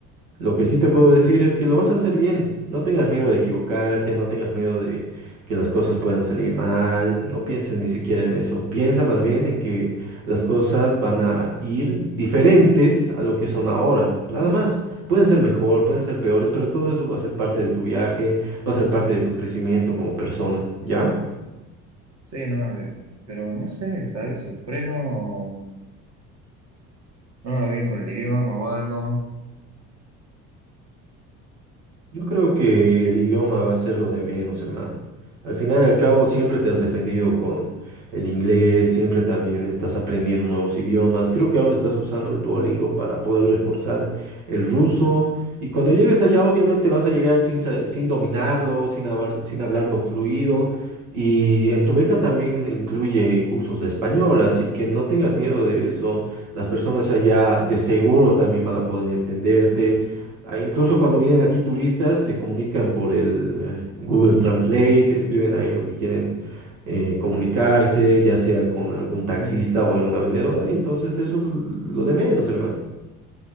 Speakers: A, on the right; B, on the right.
A: Lo que sí te puedo decir es que lo vas a hacer bien. No tengas miedo de equivocarte, no tengas miedo de que las cosas puedan salir mal, no pienses ni siquiera en eso. Piensa más bien en que las cosas van a ir diferentes a lo que son ahora, nada más. Pueden ser mejor, pueden ser peores, pero todo eso va a ser parte de tu viaje, va a ser parte de tu crecimiento como persona, ¿ya?
B: Sí, no, eh, pero no sé, ¿sabes? Por ahí no. No me va bien con el idioma o algo.
A: Yo creo que el idioma va a ser lo de menos, hermano. Al final y al cabo, siempre te has defendido con el inglés, siempre también estás aprendiendo nuevos idiomas. Creo que ahora estás usando el Duolingo para poder reforzar el ruso. Y cuando llegues allá, obviamente vas a llegar sin, sa- sin dominarlo, sin, habar- sin hablarlo fluido. Y en tu beca también incluye cursos de español, así que no tengas miedo de eso. Las personas allá de seguro también van a poder entenderte Ah, Incluso cuando vienen aquí turistas, se comunican por el eh, Google Translate, escriben ahí lo que quieren eh, comunicarse, ya sea con algún taxista
B: Sí, es-
A: o alguna vendedora. Entonces, eso es lo de menos, hermano.